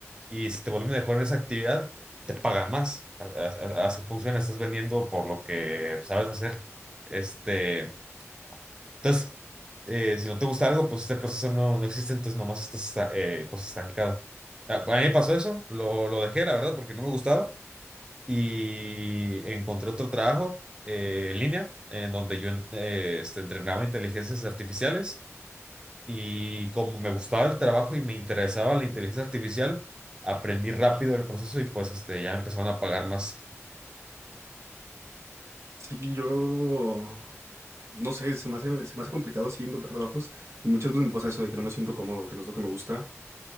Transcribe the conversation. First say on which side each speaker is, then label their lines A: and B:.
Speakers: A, on the right (about 20°); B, on the right (about 65°).
A: Y si te vuelves mejor en esa actividad, te pagan más. A- a- a- Así funciona, estás vendiendo por lo que sabes hacer. Este, entonces, eh, si no te gusta algo, pues este proceso no, no existe, entonces nomás estás esta- eh, pues estancado. A a mí me pasó eso, lo, lo dejé, la verdad, porque no me gustaba y encontré otro trabajo eh, en línea en donde yo eh, este, entrenaba inteligencias artificiales y como me gustaba el trabajo y me interesaba la inteligencia artificial, aprendí rápido el proceso y pues este, ya empezaron a pagar más.
B: Sí, yo no sé, se me hace, se me hace complicado sí encontrar trabajos y muchas veces me pasa eso de que no me siento cómodo, que no es lo que me gusta